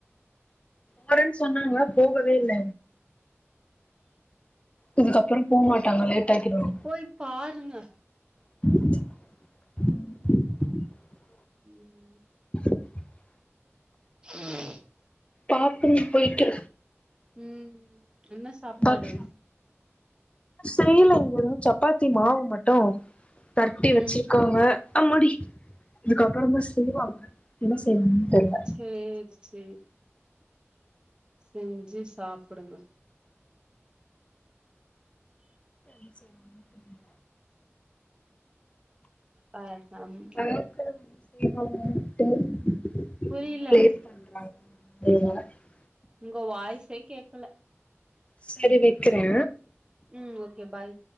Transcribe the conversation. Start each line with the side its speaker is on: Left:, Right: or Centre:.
Left: போறேன்னு சொன்னாங்கலா போகவே இல்ல அதுக்கப்பறோ போ மாட்டாங்க லேட் ஆக்கிடுவாங்க
Right: போய் பாருங்க
Left: <inaudible>
Right: ம் ம்
Left: <inaudible>
Right: <unintelligible>
Left: பாக்கனு போயிட்டு
Right: ம் என்ன சாப்பாடு
Left: பக் செய்யல இங்க இன்னு சப்பாத்தி மாவு மட்டு பெரட்டி
Right: ம்
Left: வச்சுருக்காங்க அம்மாடி இதுக்கப்பற தா செய்வாங்க என்ன செய்வாங்கன் தெர்ல
Right: சேரி சேர் செஞ்சு சாப்புடுங்க
Left: என்ன செய்வாங்கன் தெரில
Right: பாக்லாம்
Left: <inaudible>
Right: புரியில
Left: லேட் பண்றாங்க <unintelligible>
Right: உங்க வாய்ஸே கேக்கல
Left: சேரி வெக்கிறே
Right: ம் ஓகே பாய்